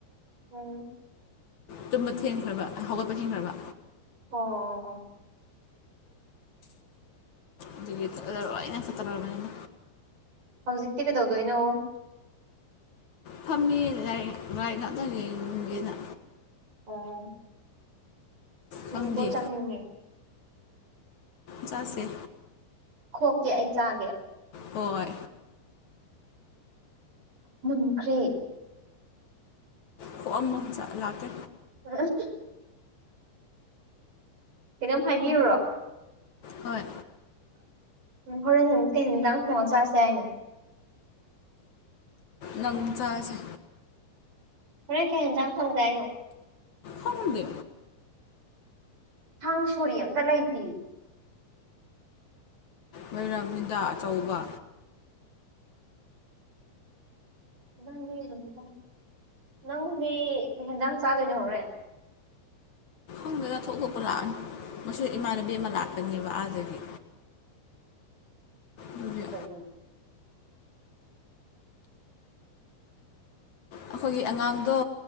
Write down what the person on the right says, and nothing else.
ꯑꯣ
ꯑꯣ ꯑꯣ
ꯍꯧꯖꯤꯛꯇꯤ ꯀꯩꯗꯧꯗꯣꯏꯅꯣ
ꯑꯣ ꯃꯦꯡꯒꯣ
ꯆꯥꯅꯤꯡꯉꯦ꯫
ꯈꯣꯛꯀꯦ ꯑꯩ ꯆꯥꯒꯦ
ꯃꯨꯟꯈ꯭ꯔꯦ
ꯍꯥ ꯀꯩꯅꯣꯝ ꯍꯥꯏꯕꯤꯌꯨꯔꯣ
ꯍꯣꯔꯦꯟ ꯅꯨꯡꯗꯥꯡꯗꯤ ꯀꯩ ꯊꯣꯡꯉꯥ ꯆꯥꯁꯦ ꯍꯥꯏꯅꯣ
ꯍꯣꯔꯦꯟ ꯀꯩ ꯌꯦꯟꯖꯥꯡ ꯊꯣꯡꯗꯣꯏꯅꯣ
ꯊꯥꯡ ꯁꯣꯔꯤ ꯑꯃꯇ ꯂꯩꯇꯦ
ꯅꯪꯒꯤ ꯅꯨꯃꯤ ꯅꯪꯗꯤ ꯍꯦꯟꯖꯥꯡ ꯆꯥꯗꯣꯏꯅꯣ ꯍꯣꯔꯦꯟ
ꯐꯩ